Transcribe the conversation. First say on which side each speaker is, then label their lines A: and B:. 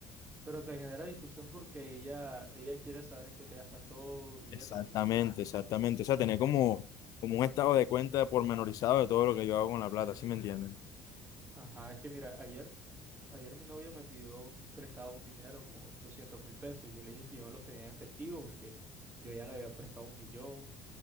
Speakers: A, on the right; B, on the left.
A: Pero te genera discusión porque ella, ella quiere saber en qué te gastas todo y
B: Exactamente,
A: eso.
B: exactamente. O sea, tener como, como un estado de cuenta pormenorizado de todo lo que yo hago con la plata, ¿sí me entiendes?
A: Ajá, es que mira, ayer, ayer mi novia me pidió prestado un dinero, como doscientos mil pesos, y yo le dije que yo no los tenía en efectivo porque yo ya le había prestado un millón,